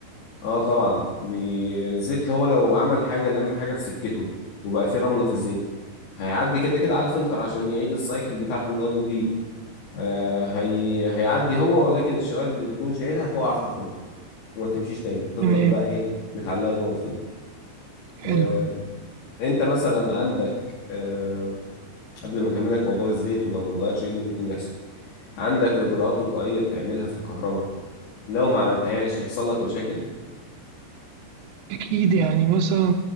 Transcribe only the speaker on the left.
اه طبعا بي- الزيت هو لو عمل حاجه لم حاجه في سكته وبقى فيه رمله في الزيت هيعدي كده كده على الفلتر عشان يعيد السايكل بتاعته من اول وجديد آه هي... هيعدي هو ولكن الشوائب اللي بيكون شايلها تقع في الفلتر وما تمشيش تاني تفضل
بقى ايه متعلقه جوه الفلتر
آه، انت مثلا عندك آه، قبل ما اكملك موضوع الزيت ولو ما اتغيرش ايه اللي ممكن يحصل عندك اجراءات وقائيه بتعملها في الكهرباء لو ما عملتهاش يحصل لك مشاكل